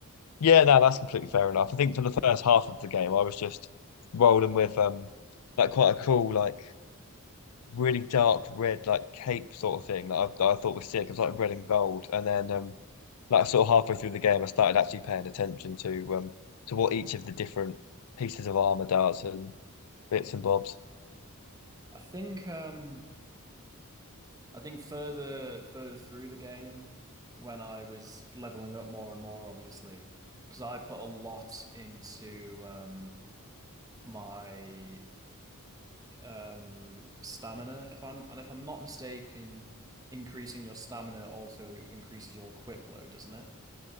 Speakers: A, on the left; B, on the right.
A: Yeah, no, that's completely fair enough. I think for the first half of the game, I was just rolling with um like quite a cool, like really dark red, like cape sort of thing that I, that I thought was sick. It was like red and gold, and then um like sort of halfway through the game, I started actually paying attention to um to what each of the different pieces of armor does and bits and bobs.
B: I think um, I think further further through the game, when I was leveling up more and more, obviously, because I put a lot into um, my um stamina if I'm and if I'm not mistaken increasing your stamina also increases your equip load doesn't it